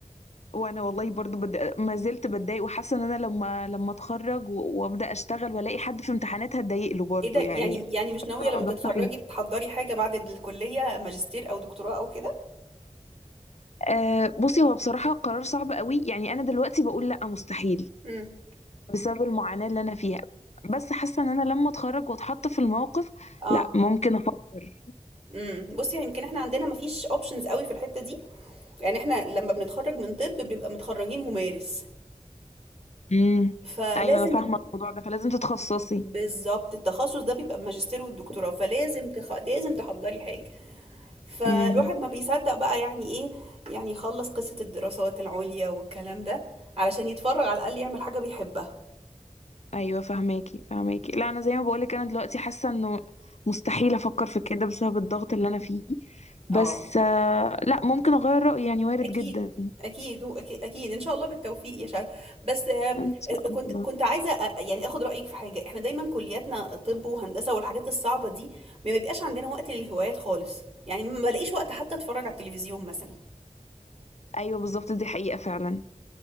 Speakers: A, on the left; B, on the right.
A: وانا والله برضو بد... ما زلت بتضايق وحاسة ان انا لما لما اتخرج و... وابدا اشتغل والاقي حد في امتحانات هتضايق له برضو
B: ايه ده
A: يعني
B: يعني يعني مش ناويه
A: الموضوع
B: لما تتخرجي
A: سخيف
B: تحضري حاجه بعد الكليه ماجستير او دكتوراه او كده
A: آه بصي هو بصراحة قرار صعب قوي يعني انا دلوقتي بقول لا مستحيل
B: امم
A: بسبب المعاناة اللي أنا فيها بس حاسة إن أنا لما أتخرج وأتحط في الموقف
B: اه
A: لأ ممكن أفكر
B: امم بصي يعني يمكن احنا عندنا مفيش اوبشنز قوي في الحته دي يعني احنا لما بنتخرج من طب بنبقى متخرجين ممارس
A: امم
B: فلازم
A: أيوة أنا فاهمة الموضوع ده فلازم تتخصصي
B: بالظبط التخصص ده بيبقى الماجستير والدكتوراه فلازم تخ... لازم تحضري حاجة فالواحد
A: امم
B: ما بيصدق بقى يعني ايه يعني يخلص قصة الدراسات العليا والكلام ده علشان يتفرغ على الأقل يعمل حاجة بيحبها
A: أيوة فاهماكي فاهماكي لا أنا زي ما بقولك أنا دلوقتي حاسة إنه مستحيل أفكر في كده بسبب الضغط اللي أنا فيه بس
B: اه
A: آه، لأ ممكن أغير رأيي يعني وارد
B: أكيد
A: جدا
B: أكيد أكيد أكيد إن شاء الله بالتوفيق يا شهد بس آه،
A: إن شاء
B: آه، كنت
A: الله
B: كنت عايزة آه، آه، يعني آخد رأيك في حاجة إحنا دايما كلياتنا طب وهندسة والحاجات الصعبة دي ما بيبقاش عندنا وقت للهوايات خالص يعني ما بلاقيش وقت حتى أتفرج على التلفزيون مثلا
A: أيوة بالظبط دي حقيقة فعلا